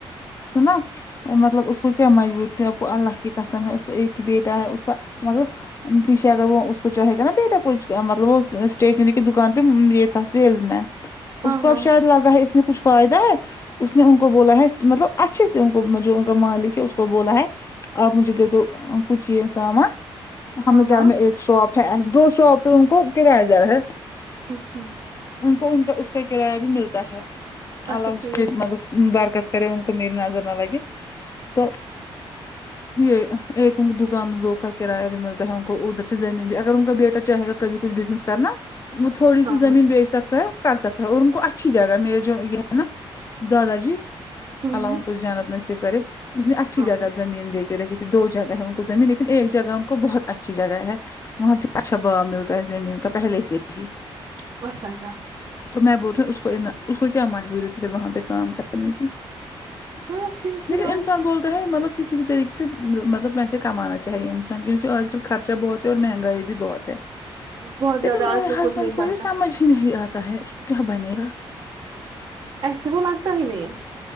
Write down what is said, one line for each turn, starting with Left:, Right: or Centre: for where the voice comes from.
Left: تو نا مطلب اس کو کیا مجبوری تھی اب کو اللہ کی قسم ہے اس کو ایک ہی بیٹا ہے اس کا مطلب پیچھے اگر وہ اس کو چاہے گا نا بیٹا کچھ مطلب وہ اسٹیشنری کی دکان پہ یہ تھا سیلز مین
Right: ہاں
Left: اس کو
Right: ہاں
Left: اب شاید لگا ہے اس میں کچھ فائدہ ہے اس نے ہم کو بولا ہے مطلب اچھے سے ان کو جو ان کا مالک ہے اس کو بولا ہے آپ مجھے دے دو کچھ یہ سامان ہمارے
Right: ہاں ہاں
Left: گھر میں ایک شاپ ہے دو شاپ ان کو کرایہ دار ہے
Right: اچھا
Left: ان کو ان کا اس کا کرایہ بھی ملتا ہے
Right: اچھا
Left: اللہ اس
Right: ٹھیک
Left: کے مطلب برکت کرے کوہ میری نظر نہ لگے تو یہ ایک دکان دو کا کرایہ بھی ملتا ہے ان کو ادھر سے زمین بھی اگر ان کا بیٹا چاہےا کبھی کچھ بزنس کرنا وہ تھوڑی سی
Right: ہاں
Left: زمین
Right: ہاں
Left: بیچ سکتا ہے کر سکتا ہے اور ان کو اچھی جگہ میرے جو یہ ہے نا دادا جی
Right: ہوں
Left: الله ان کو جانت نصیب کرے اس نے اچھی
Right: ہاں
Left: جگہ زمین دے کے رکھی تھی دو جگہ ہے ان کو زمین لیکن ایک جگہ ان کو بہت اچھی جگہ ہے وہاں پہ اچھا باؤ ملتا ہے زمین تو پہلے سے تھی
Right: <unintelligible>
Left: تو میں بول رہی ہوں اس کو اس کو کیا مجبوری تھی پھر وہاں پہ کام کرنے کی
Right: ہاں سی سی
Left: لیکن
Right: بات
Left: انسان بول ہے مطلب کسی بھی طریقے سے مطلب پیسے کمانا چاہیے انسان کیونکہ آج کل خرچہ بہت اور مہنگائی بھی بہت ہے
Right: بہت
Left: لیکن
Right: زیادہ
Left: میرے
Right: آج کل
Left: ہسبینڈ
Right: کچھ نہیں
Left: کو
Right: چلتا
Left: یہ سمجھ نہیں آتا ہے اس کو کیا بنے گا
Right: ایسی وہ لگتا ہی نہیں